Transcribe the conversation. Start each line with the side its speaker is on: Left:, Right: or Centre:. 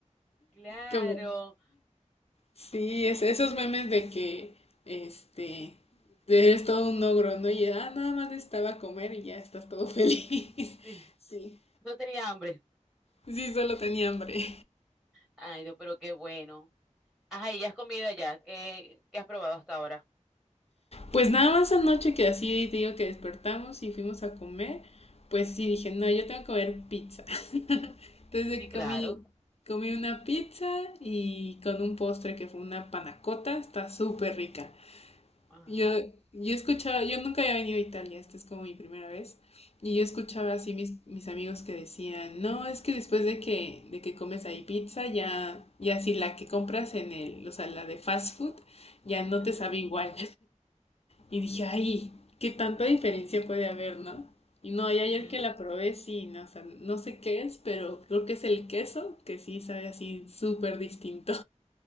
Centre: Claro,
Left: Como, sí, es, esos memes de que, este, eres todo un ogro, ¿no? Y ah, nada más necesitaba comer y ya estás todo feliz. <laughs>
Centre: sí,
Left: Sí,
Centre: no tenía hambre.
Left: sí, solo tenía hambre.
Centre: Ay, no, pero qué bueno. Ajá, ¿y ya has comido allá? ¿Qué, qué has probado hasta ahora?
Left: Pues nada más anoche que así te digo que despertamos y fuimos a comer, pues sí dije, no, yo tengo que comer pizza. <laughs> Entonces
Centre: Sí, claro.
Left: comí, comí una pizza y con un postre que fue una panacota, está súper rica.
Centre: Ajá.
Left: Yo, yo escuchaba, yo nunca había venido a Italia, esta es como mi primera vez, y yo escuchaba
Centre: Ujú,
Left: así mis, mis amigos que decían, no, es que después de que, de que comes ahí pizza, ya, ya si la que compras en el, o sea, la de fast food, ya no
Centre: ujú,
Left: te sabe igual. Y dije, ay, qué tanta diferencia puede haber, ¿no? Y no, y ayer
Centre: ujú.
Left: que la probé, sí, no, o sea, no sé qué es, pero creo que es el queso, que sí sabe así súper distinto.